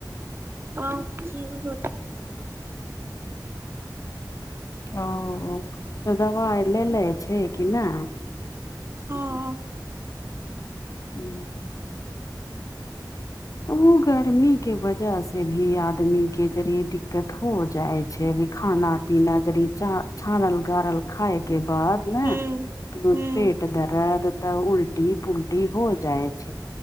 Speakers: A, on the right; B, on the left.
A: क ची हो
B: ओ तऽ दबाइ लेे छै कि नहि
A: हँ
B: हूँ ओ गर्मी के वजह से भी आदमी के जरे द के हो जाइ छै अभी खाना पीना जदि छानल गारल खाय के बाद ने
A: हूँ
B: पेट
A: हूँ
B: दर्द तऽ उल्टी पुलटी हो जाए